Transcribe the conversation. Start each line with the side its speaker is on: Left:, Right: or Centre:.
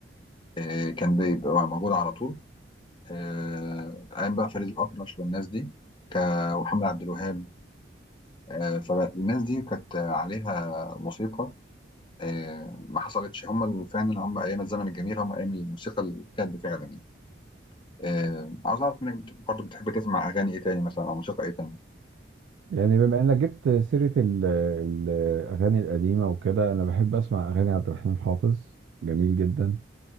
Left: آه، كان بيبقى موجود على طول آه، أيام بقى فريد الأطرش والناس دي ك... ومحمد عبد الوهاب آه، فالناس دي كانت عليها موسيقى آه، ما حصلتش هم ال- فعلا هم أيام الزمن الجميل هم أيام الموسيقى الجد فعلا يعني آه، عاوز أعرف منك بت- برضو بتحب تسمع أغاني إيه تاني مثلا أو موسيقى إيه تاني
Right: يعني بما انك جبت سيرة ال- ال- الأغاني القديمة وكده أنا بحب أسمع أغاني عبد الحليم حافظ جميل جدا